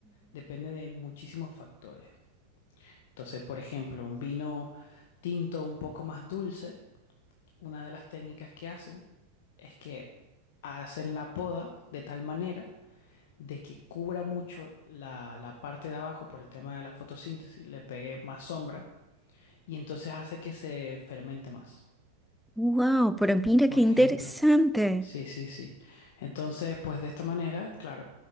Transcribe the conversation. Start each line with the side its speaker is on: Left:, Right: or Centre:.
Left: depende de muchísimos factores. Entonces, por ejemplo, un vino tinto un poco más dulce, una de las técnicas que hacen es que hacen la poda de tal manera de que cubra mucho la, la parte de abajo por el tema de la fotosíntesis, le pegue más sombra y entonces hace que se fermente más,
Centre: Wow, pero mira
Left: por
Centre: qué interesante.
Left: ejemplo. Sí, sí, sí. Entonces, pues de esta manera, claro,